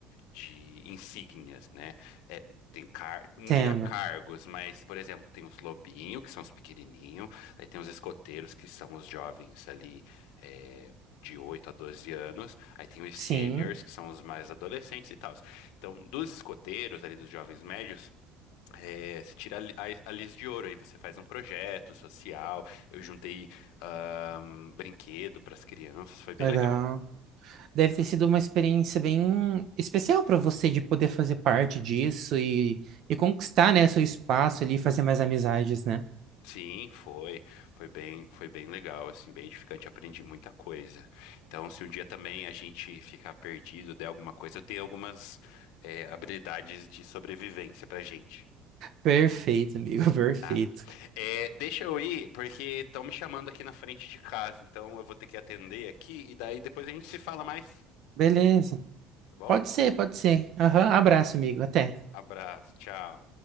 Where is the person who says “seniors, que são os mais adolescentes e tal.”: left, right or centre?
Left